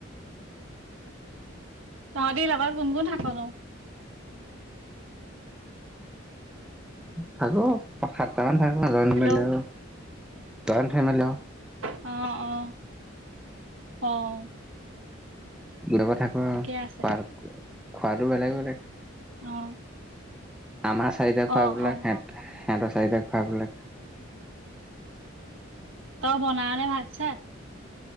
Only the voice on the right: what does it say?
তহঁতি লগত কোন কোন থাক নো?
হেল্ল'
অ
অ, অ, অ।
ঠিকে
আছে
অ।
অ
অ
তই বনাওঁনে ভাত-চাত?